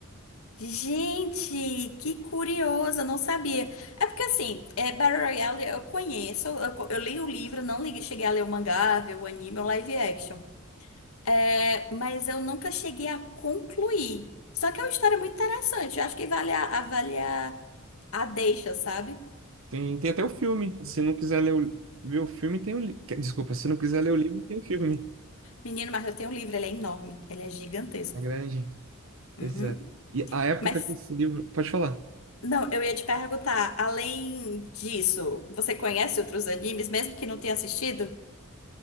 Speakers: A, on the left; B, on the right.
A: Gente, que curiosa, não sabia. É porque assim, é, Battle Royale eu conheço, eu, co- eu li o livro, não li, cheguei a ler o mangá, ver o anime, o live action. É, mas eu nunca cheguei a concluir. Só que é uma história muito interessante. Eu acho que vale a, avaliar a deixa, sabe?
B: Tem, tem até o filme. Se não quiser ler o, ver o filme, tem o livro. Desculpa, se não quiser ler o livro, tem o filme.
A: Menino, mas eu tenho um livro, ele é enorme, ele é gigantesco.
B: A grande.
A: Uhum.
B: Pois é. E a época
A: Mas,
B: que esse livro. Pode falar.
A: não, eu ia te perguntar, além disso, você conhece outros animes, mesmo que não tenha assistido?